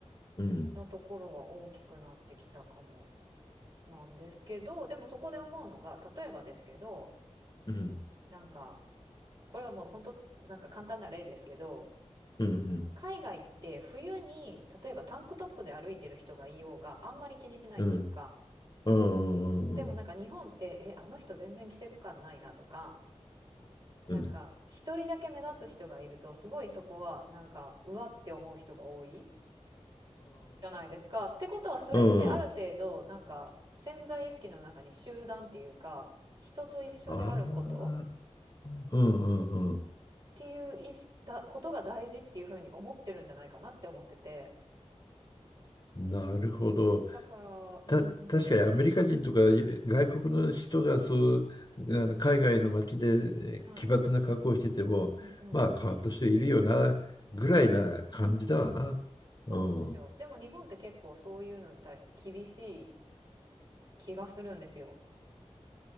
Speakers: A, on the left (about 40°); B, on the right (about 45°).
A: うん、
B: のところは大きくなってきたかもなんですけど、でもそこで思うのが、例えばですけど、
A: うん、
B: なんかこれはもう本当なんか簡単な例ですけど、
A: うん、うん、
B: 海外って冬に例えばタンクトップで歩いてる人がいようがあんまり気にしないっていうか、
A: うん、うん、
B: でもなんか日本って、
A: うん、
B: え、あの人全然季節感ないなとか、なんか一人だけ目立つ人がいるとすごいそこはなんかうわって思う人が多い
A: うん、うん、
B: じゃないですか。ってことはそれってある程度なんか潜在意識の中に集団っていうか人と一緒であることっ
A: うん、うん、ああ、うん、うん、うん。
B: ていう意識だことが大事っていうふうに思ってるんじゃないかなって思ってて
A: なるほど。
B: だからうん
A: た、確かにアメリカ人とか外国の人がそうあの海外の街でえ
B: はい
A: ー奇抜な格好をしててもまあ変わった人いるよなぐらいな感じだわな。
B: うんうんはいうんそうなんですよ。
A: うん。
B: でも日本って結構そういうのに対して厳しい気がするんですよ。